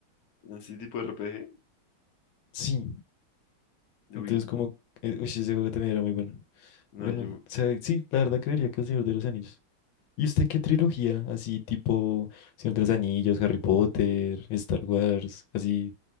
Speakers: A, on the left (about 60°); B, on the left (about 80°).
A: así tipo RPG.
B: Sí.
A: Uy,
B: Entonces,
A: no.
B: como. eh, uy, ese juego también era muy bueno.
A: No,
B: Bueno,
A: yo,
B: o sea, sí, la verdad creería que el Señor de los Anillos. ¿Y usted qué trilogía? Así tipo Señor de los Anillos, Harry Potter, Star Wars, así.